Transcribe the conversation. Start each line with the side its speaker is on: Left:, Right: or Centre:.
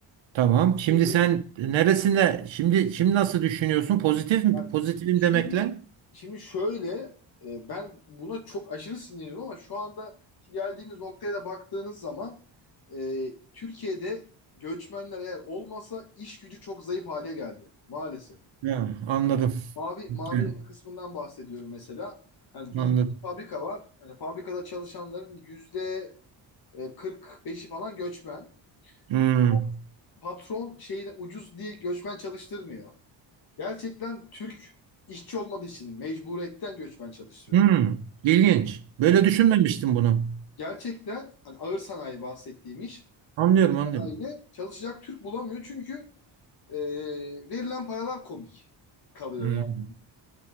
Right: Tamam. Şimdi
Left: E,
Right: sen neresinde şimdi şimdi nasıl düşünüyorsun? Pozitif mi?
Left: yani
Right: Pozitifim
Left: şimdi,
Right: demekle?
Left: şimdi şöyle e, ben buna çok aşırı sinirliyim ama şu anda geldiğimiz noktaya da baktığınız zaman e, Türkiye'de göçmenler eğer olmasa iş gücü çok zayıf hale geldi maalesef.
Right: He, anladım.
Left: Mavi mavi
Right: He,
Left: yaka kısmından bahsediyorum mesela. Hani bildiğin
Right: anladım.
Left: fabrika var. Yani fabrikada çalışanların yüzde e, 45'i falan göçmen.
Right: Hmm.
Left: Ama patron şeyi ucuz diye göçmen çalıştırmıyor. Gerçekten Türk işçi olmadığı için mecburiyetten göçmen çalıştırıyor
Right: Hmm,
Left: yani.
Right: ilginç. Böyle
Left: Yani
Right: düşünmemiştim bunu.
Left: gerçekten hani ağır sanayi bahsettiğim iş
Right: Anlıyorum,
Left: ağır
Right: anlıyorum.
Left: sanayide çalışacak Türk bulamıyor çünkü e, verilen paralar komik kalıyor
Right: Hmm.
Left: yani.